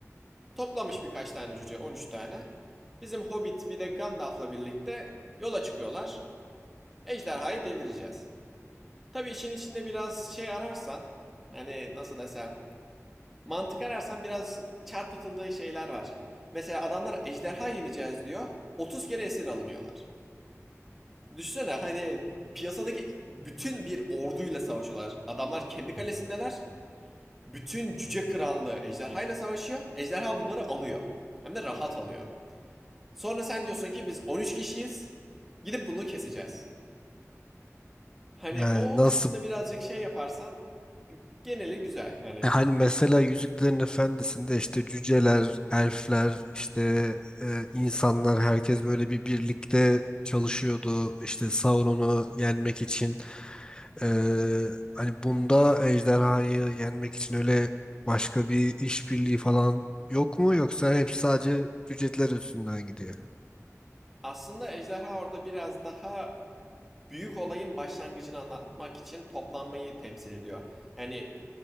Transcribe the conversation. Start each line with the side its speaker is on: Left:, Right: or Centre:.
Centre: Toplamış birkaç tane cüce 13 tane. Bizim Hobbit bir de Gandalf'la birlikte yola çıkıyorlar. Ejderhayı devireceğiz. Tabii işin içinde biraz şey ararsan hani nasıl desem Mantık ararsan biraz çarpıtıldığı şeyler var. Mesela adamlar ejderha yeneceğiz diyor. 30 kere esir alınıyorlar. Düşünsene hani piyasadaki bütün bir orduyla savaşıyorlar. Adamlar kendi kalesindeler. Bütün cüce krallığı ejderhayla savaşıyor. Ejderha bunları alıyor. Hem de rahat alıyor. Sonra sen diyorsun ki biz 13 kişiyiz. Gidip bunu keseceğiz. Hani
Left: Yani
Centre: o,
Left: nasıl?
Centre: o kısmını birazcık şey yaparsan geneli güzel hani.
Left: E Hani mesela Yüzüklerin Efendisi'nde işte cüceler, elfler, işte e, insanlar herkes böyle bir birlikte çalışıyordu işte Sauron'u yenmek için. E, hani bunda ejderhayı yenmek için öyle başka bir işbirliği falan yok mu yoksa hep sadece cüceler üstünden gidiyor?
Centre: Aslında ejderha orada biraz daha büyük olayın başlangıcını anlatmak için toplanmayı temsil ediyor. Yani